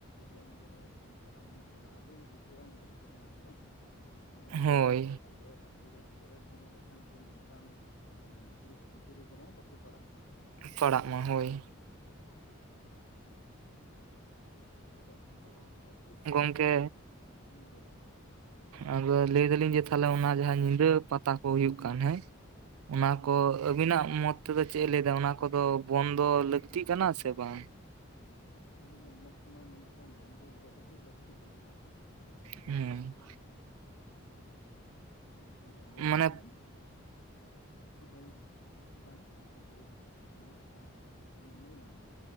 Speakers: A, on the left; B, on the right.
A: ᱤᱭᱚᱝ ᱡᱮᱱᱮᱨᱮᱥᱚᱱ ᱡᱟᱦᱟᱸ ᱢᱮᱱᱟᱜ ᱵᱚᱱᱟ ᱟᱵᱚ ᱵᱩᱡᱷᱟᱹᱣᱟᱱ ᱞᱟᱹᱠᱛᱤ ᱠᱟᱱᱟ ᱥᱮ ᱵᱟᱝ ᱡᱮᱢᱚᱱ ᱯᱚᱨᱚᱵᱚᱨᱛᱤ
B: ᱦᱳᱭ
A: ᱠᱟᱞ ᱟᱵᱚᱨᱮᱱ ᱯᱚᱨᱮᱨ ᱡᱮᱱᱟᱨᱮᱥᱚᱱ ᱠᱚ ᱱᱚᱝᱠᱟᱱ ᱯᱚᱨᱤᱥᱛᱷᱤᱛᱤ ᱨᱮ ᱡᱮᱢᱚᱱ ᱵᱟᱠᱚ ᱯᱟᱲᱟᱜ-ᱦᱟᱸᱜ᱾
B: ᱯᱟᱲᱟᱜ ᱢᱟ ᱦᱳᱭ
A: ᱦᱮᱸ ᱦᱮᱸ ᱟᱫᱚ ᱟᱹᱛᱩ
B: ᱜᱚᱝᱠᱮ
A: ᱦᱩᱸ ᱨᱚᱲ ᱵᱮᱱ
B: ᱟᱫᱚ ᱞᱟᱹᱭ ᱫᱟᱞᱤᱧ ᱡᱮ ᱛᱟᱦᱚᱞᱮ ᱚᱱᱟ ᱡᱟᱦᱟᱸ ᱧᱤᱫᱟᱹ ᱯᱟᱛᱟ ᱠᱚ ᱦᱩᱭᱩᱜ ᱠᱟᱱ ᱦᱮᱸ
A: ᱦᱩᱸ
B: ᱚᱱᱟ
A: ᱦᱩᱸ
B: ᱠᱚ ᱟᱹᱵᱤᱱᱟᱜ ᱢᱚᱛ ᱛᱮᱫᱚ ᱪᱮᱫ ᱮ ᱞᱟᱹᱭ ᱮᱫᱟ ᱚᱱᱟ ᱠᱚᱫᱚ ᱵᱚᱱᱫᱚ ᱞᱟᱹᱠᱛᱤ ᱠᱟᱱᱟ ᱥᱮ ᱵᱟᱝ?
A: ᱟᱹᱞᱤᱧᱟᱜ ᱢᱚᱛ ᱛᱮᱢᱟᱭ ᱢᱮᱱᱮᱫ ᱠᱟᱱ ᱵᱚᱱᱫᱷᱩ ᱫᱚ ᱟᱹᱰᱤ ᱜᱮ ᱞᱟᱹᱠᱛᱤ ᱠᱟᱱᱟ ᱚᱱᱟ ᱠᱚᱫᱚ᱾
B: ᱦᱮᱸ
A: ᱵᱚᱱᱫᱚ ᱞᱮᱠᱷᱟᱱ,
B: ᱢᱟᱱᱮ
A: ᱦᱳᱭ ᱠᱤᱪᱷᱩᱜᱟᱱ ᱥᱩᱫᱷᱨᱟᱹᱜ ᱨᱮᱱᱟᱜ ᱪᱟᱱᱥ ᱞᱤᱧ ᱧᱮᱞ ᱧᱟᱢ ᱮᱫᱟ᱾